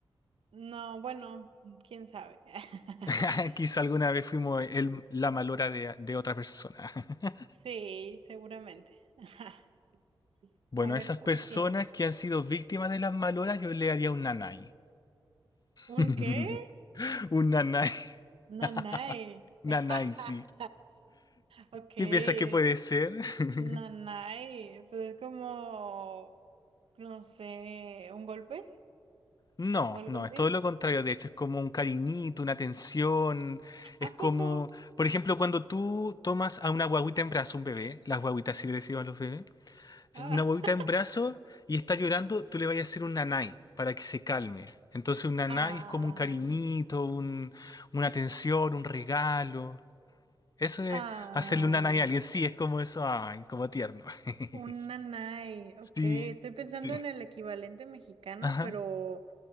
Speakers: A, on the right (about 90°); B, on the left (about 45°).
A: no, bueno, quién sabe. <laughs>
B: <laughs> Quizá alguna vez fuimos el- la malora de, de otra persona. <laughs>
A: Sí, seguramente. <laughs>
B: Bueno,
A: A ver,
B: a esas
A: ¿cuál
B: personas
A: tienes?
B: que han sido víctimas de las maloras, yo le haría un nanay.
A: ¿Un
B: <laughs>
A: qué?
B: Un nanay.
A: Nanay.
B: <laughs> Nanay,
A: <laughs>
B: sí.
A: Ok,
B: ¿Qué
A: eh,
B: piensas que puede ser? <laughs>
A: nanay. Pues es como, no sé, un golpe
B: No,
A: o algo
B: no,
A: así.
B: es todo lo contrario. De hecho, es como un cariñito, una atención. Es
A: ¿A
B: como,
A: poco?
B: por ejemplo, cuando tú tomas a una guaguita en brazo, un bebé, las guaguitas sí le decimos a los bebés.
A: Ah.
B: una huevita
A: <laughs>
B: en brazos y está llorando, tú le vayas a hacer un nanay para que se calme. Entonces un nanay
A: Ah.
B: es como un cariñito, un- una atención, un regalo. Eso de
A: Ah.
B: hacerle un nanay a alguien, sí, es como eso, ay, como tierno. <laughs>
A: Un nanay, ok,
B: Sí,
A: estoy pensando
B: sí.
A: en el equivalente mexicano,
B: Ajá.
A: pero